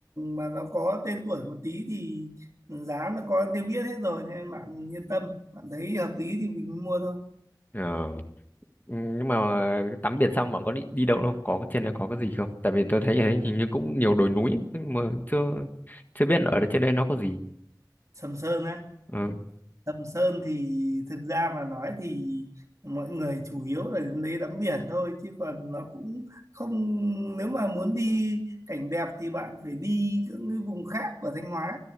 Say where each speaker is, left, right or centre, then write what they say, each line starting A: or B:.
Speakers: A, on the right; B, on the left.
A: mà nó có tên tuổi một tí thì giá nó có tiêu biết hết rồi cho nên bạn yên tâm. Bạn thấy hợp lý thì mình mua thôi.
B: Ờ. Ừ, nhưng mà tắm biển xong bạn có đi đi đâu không có cái trên đấy có cái gì không tại vì tôi thấy ở đấy hình như cũng nhiều đồi núi ấy, nhưng mà chưa chưa biết ở trên đây nó có gì
A: Sầm Sơn á.
B: ừ.
A: Sầm Sơn thì thực ra mà nói thì mọi người chủ yếu là đến đấy tắm biển thôi chứ còn nó cũng không nếu mà muốn đi cảnh đẹp thì bạn phải đi những cái vùng khác của Thanh Hóa